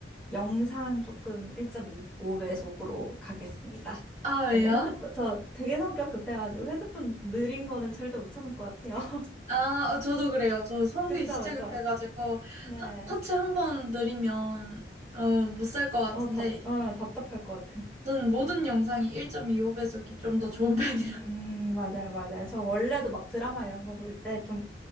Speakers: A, in the centre; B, on the right.
A: 영상 조금 1.25배속으로 가겠습니다.
B: 아,
A: 저는
B: 왜요?
A: 핸드폰, 저 되게 성격 급해가지고 핸드폰 느린 거는 절대 못 참을 것 같아요. <laughs>
B: 아, 어, 저도 그래요. 저 성격이
A: 그쵸,
B: 진짜
A: 그쵸.
B: 급해가지고
A: 네.
B: 하- 터치 한 번 느리면 어, 못 살 것 같은데
A: 어, 답, 어, 답답할 것 같아.
B: 저는 모든 영상이 1.25배속이 좀 더 좋은 <laughs> 편이라
A: 음, 맞아요, 맞아요. 저 원래도 막 드라마 이런 거 볼 때 좀